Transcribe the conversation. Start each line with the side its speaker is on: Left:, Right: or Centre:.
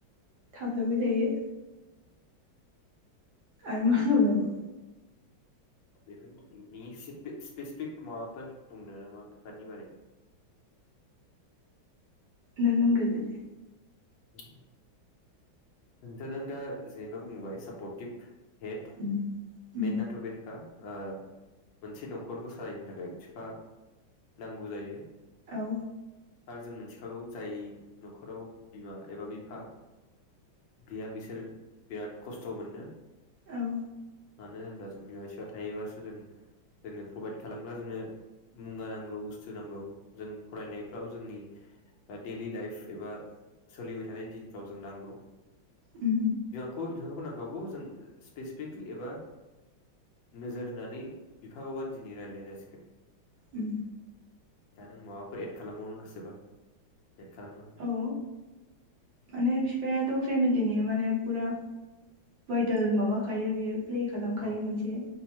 Right: थाफ्लायबाय थायो आरो मा बुंनांगौ
Left: बेखौनो नोंनि स्पेसिफिक माबाफोर बुंनो नामा बिफानि बारै
Right: नों होनग्रोदोदे
Left: <unintelligible> नोंथाङा दा जेनेबा बुंबोबाय सापर्टिभ हेड
Right: उम उम
Left: मेनाथ' बेनोखा मोनसे न'खरखौ सालायनो थाखाय बिफा नांगौ जायो
Right: औ
Left: आरो जों मिथिखागौ जाय न'खराव बिमा एबा बिफा गैया बिसोर बिराद खस्थ' मोनो
Right: औ
Left: मानो होनोब्ला जों बिमा बिफा थायोबासो जों जोंनो प्रभाइद खालामग्रा जोंनो मुवा नांगौ बुस्थु नांगौ जों फरायनायफ्राव जोंनि डेलि लाइफ एबा सोलिबाय थानाय दिनफ्राव जों नांगौ
Right: उ
Left: खौ बिफाखौ नांखागौ जों स्पेसिफिकलि एबा नोजोर होनानै बिफाखौबा दिनै रायज्लायनाय जासिगोन
Right: उ
Left: दा नों माबाफोर एड खालामबावनो गोसोबा एद खालामनो हागोन
Right: औ माने बिफायाथ' फेमलिनि माने फुरा भायटेल माबाखायो बेयो प्ले खालामखायो
Left: औ
Right: मोनसे